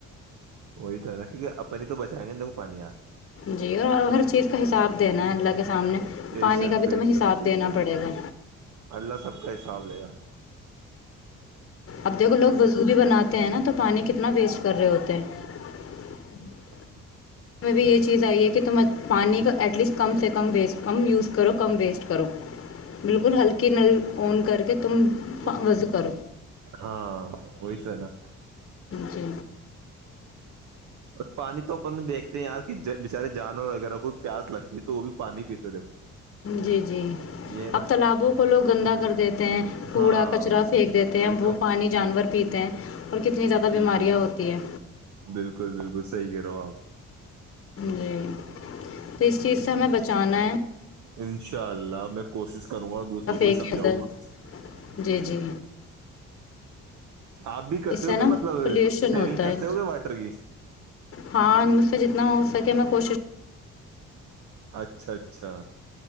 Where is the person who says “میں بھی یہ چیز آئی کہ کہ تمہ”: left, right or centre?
Left